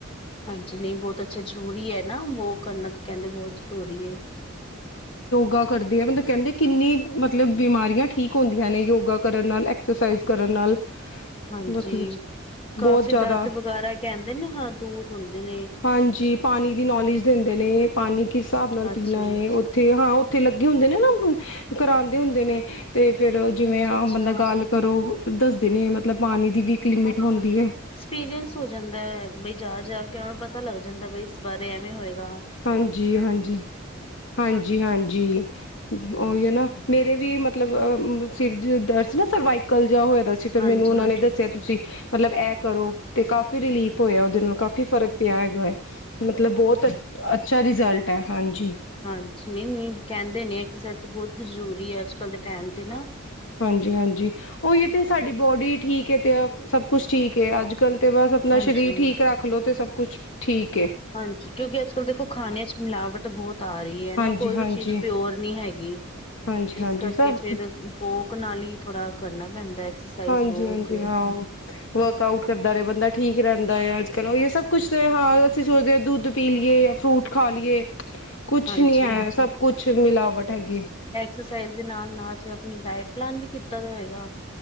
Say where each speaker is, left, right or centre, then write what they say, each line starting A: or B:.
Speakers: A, on the left; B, on the left.
A: ਹਾਂਜੀ, ਨਹੀਂ ਬਹੁਤ ਅੱਛਾ। ਜ਼ਰੂਰੀ ਏ ਨਾ ਵੋਕ ਕਰਨਾ ਤੇ ਕਹਿੰਦੇ ਬਹੁਤ ਜ਼ਰੂਰੀ ਏ।
B: ਗਾ ਕਰਦੀ ਹੈ ਮਤਲਬ ਕਹਿੰਦੇ ਕਿੰਨੀ ਮਤਲਬ ਬਿਮਾਰੀਆਂ ਠੀਕ ਹੁੰਦੀਆਂ ਨੇ। ਯੋਗਾ ਕਰਨ ਨਾਲ, ਐਕਸਰਸਾਈਜ਼ ਕਰਨ ਨਾਲ।
A: ਹਾਂਜੀ,
B: ਮਤਲਬ
A: ਕਾਫੀ
B: ਬਹੁਤ ਜ਼ਿਆਦਾ
A: ਦਰਦ ਵਗੈਰਾ ਕਹਿੰਦੇ ਨੇ ਹਾਂ, ਦੂਰ ਹੁੰਦੇ ਨੇ।
B: ਹਾਂਜੀ। ਪਾਣੀ ਦੀ ਨੌਲੇਜ ਦਿੰਦੇ ਨੇ, ਪਾਣੀ ਕਿਸ ਹਿਸਾਬ ਨਾਲ
A: ਅੱਛਾ।
B: ਪੀਣਾ ਏ, ਉੱਥੇ ਹਾਂ ਉ ਉੱਥੇ ਲੱਗੇ ਹੁੰਦੇ ਨੇ ਨਾ, ਕਰਾਂਦੇ ਹੁੰਦੇ ਨੇ, ਤੇ ਫੇਰ
A: ਅੱਛਾ-ਅੱਛਾ।
B: ਜਿਵੇਂ ਆਮ ਬੰਦਾ ਗੱਲ ਕਰੋ, ਦੱਸਦੇ ਨੇ ਮਤਲਬ ਪਾਣੀ ਦੀ ਵੀ ਇਕ ਲਿਮੀਟ ਹੁੰਦੀ ਏ।
A: ਪੀਰੀਅੰਸ ਹੋ ਜਾਂਦੈ, ਬਈ ਜਾ-ਜਾਕੇ ਉਹ ਪਤਾ ਲੱਗ ਜਾਂਦਾ ਬਈ ਇਸ ਬਾਰੇ ਐਵੇਂ ਹੋਇਗਾ।
B: ਹਾਂਜੀ-ਹਾਂਜੀ, ਹਾਂਜੀ-ਹਾਂਜੀ।
A: ਹਾਂਜੀ।
B: ਉਹੀਓ ਨਾ, ਮੇਰੇ ਵੀ ਮਤ ਮਤਲਬ ਅ ਸਿਰ ਜ ਦਰਦ ਸੀ ਨਾ, ਸਰਵਾਈਕਲ ਜੇ ਹੋਇਅਦਾ ਸੀ, ਫਿਰ
A: ਹਾਂਜੀ
B: ਮੈਨੂੰ ਉਹਨਾਂ ਨੇ ਦੱਸਿਆ ਤੁਸੀ ਮਤਲਬ ਐ ਕਰੋ, ਤੇ ਕਾਫੀ ਰਿਲੀਫ ਹੋਇਆ ਉਹਦੇ ਨਾਲ, ਕਾਫੀ ਫ਼ਰਕ ਪਿਆ ਹੈਗਾ ਏ। ਮਤਲਬ ਬਹੁਤ ਅੱਛਾ ਰਿਜ਼ਲਟ ਐ, ਹਾਂਜੀ।
A: ਹਾਂਜੀ, ਨਹੀਂ- ਨਹੀਂ ਕਹਿੰਦੇ ਨੇ, ਐਕਸਰਸਾਈਜ਼ ਤੇ ਬਹੁਤ ਜ਼ਰੂਰੀ ਏ, ਅੱਜ-ਕੱਲ ਦੇ ਟਾਈਮ ਤੇ ਨਾ।
B: ਹਾਂਜੀ-ਹਾਂਜੀ, ਓਹੀਓ ਤੇ ਸਾਡੀ ਬੌਡੀ ਠੀਕ ਏ, ਤੇ ਸਭ ਕੁਛ ਠੀਕ ਏ। ਅੱਜ-ਕੱਲ ਤੇ ਬਸ ਅਪਣਾ
A: ਹਾਂਜੀ।
B: ਸਰੀਰ ਠੀਕ ਰੱਖ ਲੋ, ਤੇ ਸਭ ਕੁੱਛ ਠੀਕ ਏ।
A: ਹਾਂਜੀ। ਕਿਉਂਕਿ ਅੱਜ ਕਲ ਦੇਖੋ ਖਾਣੇ 'ਚ ਮਿਲਾਵਟ ਬਹੁਤ ਆ ਰਹੀ। ਏ ਨਾ
B: ਹਾਂਜੀ-ਹਾਂਜੀ,
A: ਕੋਈ ਵੀ ਚੀਜ਼ ਪਿਓਰ ਨੀ ਹੈਗੀ,
B: ਹਾਂਜੀ-ਹਾਂਜੀ
A: ਇਸ ਕਰਕੇ
B: ਸਭ
A: ਫੇਰ
B: ਕੁ
A: ਕੋੋਕ ਨਾਲ ਈ ਥੋੜਾ ਕਰਨਾ ਪੈਂਦਾ। ਐਕਸਰਸਾਈਜ਼
B: ਹਾਂਜੀ-
A: ਵੋਕ
B: ਹਾਂਜੀ। ਹਾਂ ਵਰਕ ਆਊਟ ਕਰਦਾ ਰਹੇ ਬੰਦਾ ਠੀਕ ਰਹਿੰਦਾ ਏ ਅਜ ਚਲੋ ਇਹ ਸਭ ਕੁਛ ਤੇ ਹਾਂ ਅਸੀਂ ਸੋਚਦੇ ਦੁੱਧ ਪੀ ਲੀਏ, ਫਰੂਟ ਖਾ ਲੀਏ। ਕੁਛ
A: ਹਾਂਜੀ
B: ਨੀ ਹੈ, ਸਭ ਕੁਛ ਮਿਲਾਵਟ ਹੈਗੀ।
A: ਸੁਜਾਨ ਨਾਲ ਫਿਰ ਆਪ ਡਾਇਟ ਪਲਾਨ ਵੀ ਕੀਤਾ ਦਾ ਹੋਗਾ